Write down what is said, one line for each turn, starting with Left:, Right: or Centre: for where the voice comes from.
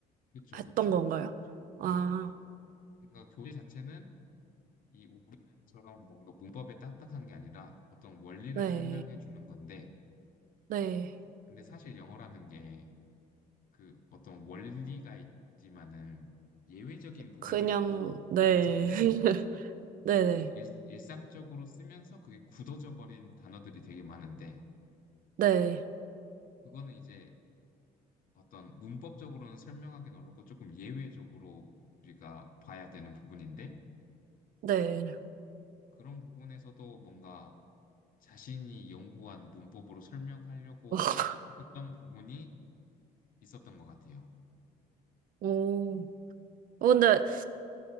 Left: 그쵸,
Right: 했던
Left: 그쵸.
Right: 건가요?
Left: 네.
Right: 아,
Left: 그러니까 교재 자체는 이 우리나라처럼 뭔가 문법에 딱딱한 게 아니라 어떤 원리를
Right: 네,
Left: 설명해 주는 건데,
Right: 네.
Left: 근데 사실 영어라는 게 그 어떤 원리가 있지만은 예외적인 부분들이
Right: 그냥,
Left: 또
Right: 네.
Left: 많잖아요.
Right: <laughs> 네네.
Left: 그리고 일, 일상적으로 쓰면서 그게 굳어져 버린 단어들이 되게 많은데,
Right: 네.
Left: 그거는 이제 어떤 문법적으로는 설명하기는 어렵고 조금 예외적으로 우리가 봐야 되는 부분인데,
Right: 네.
Left: 그런 부분에서도 뭔가 자신이 연구한 문법으로 설명하려고
Right: <laughs>
Left: 하셨던 부분이 있었던 것 같아요.
Right: 오. 어, 근데